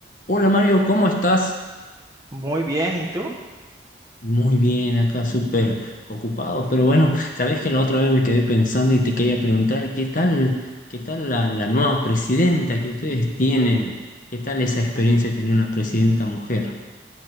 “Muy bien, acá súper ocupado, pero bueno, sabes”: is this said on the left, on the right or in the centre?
Left